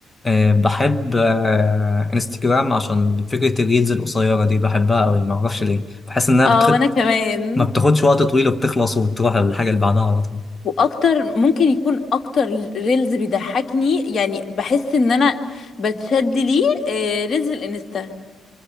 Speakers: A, on the left; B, on the left.
A: أم، بحب أه، انستجرام عشان فكرة الريلز القصيرة دي بحبها قوي معرفش ليه بحس إنها بتخد...
B: اه وانا كمان
A: ما بتاخدش وقت طويل وبتخلص وتروح للحاجة اللي بعدها على طول
B: واكتر ممكن يكون اكتر ريلز بيضحكني يعني بحس ان انا بتشد ليه آه، ريلز الانستا